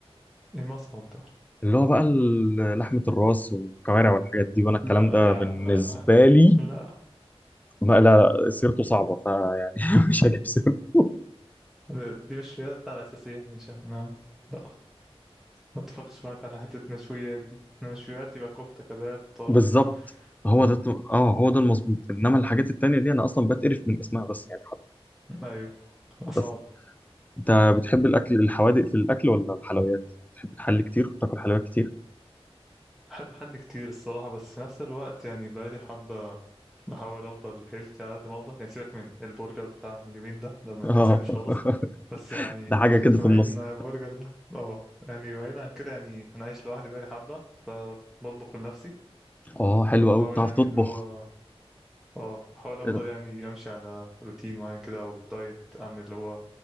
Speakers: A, in the centre; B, on the left.
A: ايه مصمت ده
B: اللي هو بقى ال- لحمة الراس والكوارع والحاجات دي وانا الكلام
A: لا لا
B: ده
A: يعني
B: بالنسبة لي
A: لا
B: بقى لا سيرته صعبة فيعني <laughs> مش هجيب سيرته <laughs>
A: ده- دي مشويات على أساسية يعني مش أنا لا ما اتفقش معاك على حتة مشويات دي أنا مشويات يبقى كفتة كباب طرب
B: بالظبط هو
A: و
B: ده الت- اه هو ده المظبوط انما الحاجات التانية دي انا اصلا بتقرف من اسمها بس يعني حتى
A: أيوه صعبة
B: بس انت بتحب الاكل الحوادق في الاكل ولا الحلويات بتحب تحلي كتير تاكل حلويات كتير
A: بحب حل كتير الصراحة بس في نفس الوقت يعني بقالي حبة بحاول أفضل هيلثي على قد ما أقدر يعني سيبك من البرجر بتاع من يومين ده ده ما
B: <laughs>
A: يتحسبش خالص
B: اه
A: بس يعني
B: ده حاجه كده في
A: بعيد
B: النص
A: عن البرجر ده اه يعني بعيد عن كده يعني أنا عايش لوحدي بقالي حبة فبطبخ لنفسي
B: اه حلو
A: وبحاول
B: قوي بتعرف
A: يعني
B: تطبخ
A: اللي هو اه بحاول أفضل
B: ايه ده
A: يعني أمشي على روتين معين كده أو دايت أعمل اللي هو